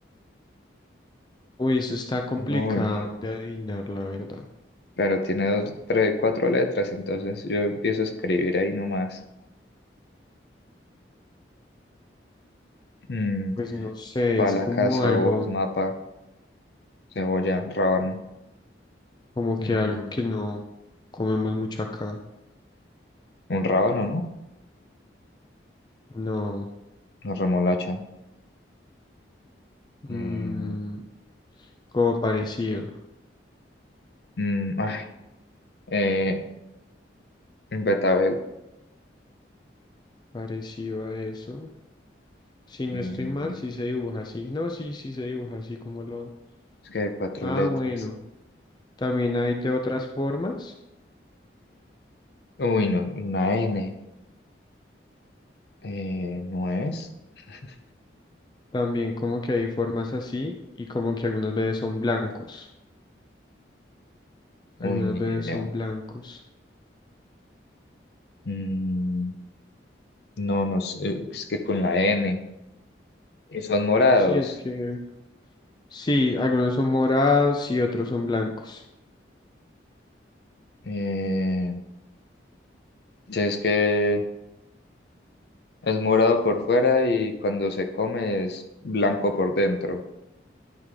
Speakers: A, on the left; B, on the left.
A: Uy, eso está complicado
B: Uy.
A: de adivinar, la verdad.
B: Claro, tiene dos, tres, cuatro letras, entonces yo empiezo a escribir ahí nomás. Mm,
A: Pues no sé,
B: pala,
A: es como
B: casa,
A: algo,
B: uvas, mapa, cebolla, rábano.
A: como que
B: Mm,
A: algo que no comemos mucho acá.
B: un rábano, ¿no?
A: No,
B: Una remolacha. Eh,
A: mm, como parecido,
B: mm, ay, eh, un betabel.
A: parecido a eso. Si no
B: Eh,
A: estoy mal, sí se dibuja así. No, sí, sí se dibuja así como lo...
B: es que hay cuatro
A: Ah,
B: letras.
A: bueno, también hay de otras formas.
B: Uy, no, una N. Eh, ¿no es? <laughs>
A: También como que hay formas así y como que algunas veces son blancos.
B: Uy,
A: Algunas
B: ni
A: veces
B: idea.
A: son blancos.
B: Mm, no, no sé, es que con la N. Y son morados.
A: Sí, es que... Sí, algunos son morados y otros son blancos.
B: Eh, Sí, es que es morado por fuera y cuando se come es blanco por dentro.